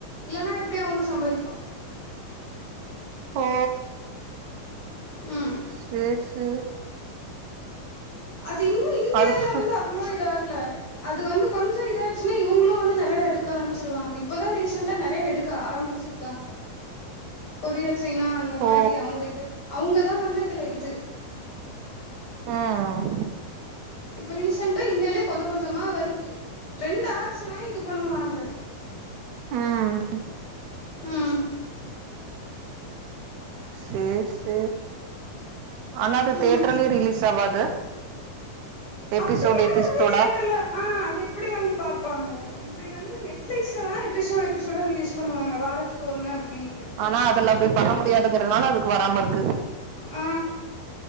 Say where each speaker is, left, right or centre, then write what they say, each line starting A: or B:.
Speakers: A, on the left; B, on the right.
A: இல்லனா எப்டி அவங்க சம்பாதிப்பாங்க
B: ஓ
A: ம்
B: சேரி சேரி
A: அது இன்னும்
B: அதுக்கு
A: அவளோ இது ஆகல அது வந்து கொஞ்சோம் இதாச்சுன்னா இவுங்களும் வந்து நறைய எடுக்க ஆரம்பிச்சிருவாங்க இப்பதான் ரீசண்டா நறைய எடுக் க்கு ஆரம்பிச்சிருக்காங்க கொரியா சைனா அந்த அந்த மாரி
B: ஓ
A: அவுங்க இது அவுங்கதான் வந்து இதுல இது
B: ம்
A: இப்போ ரீசெண்டா இன்டியாலே கொஞ்சம் கொஞ்சமா வருது ட்ரெண்ட் ஆச்சுன்னா இது பண்ணுவாங்க
B: ம்
A: ம்
B: செர் செர் ஆனா அது
A: ம்
B: தேட்டர்லயும் ரிலீஸ் ஆவாது எபிசோட்
A: அப்டி யாரு
B: எபிசோடா
A: வந்து தியேட்டர்ல ஆ அது எப்டி வந்து பாப்பாங்க இப்படி வந்து நெட்பிளிக்ஸ்ல தான எபிசோட எபிசோடா ரிலீஸ் பண்ணுவாங்க வாரத்துக்கு ஒன்னு அப்படின்ட்டு
B: ஆனா அதுல அப்படி பண்ண முடியாதுங்கறதனால அதுக்கு வராம இருக்கு
A: ஆ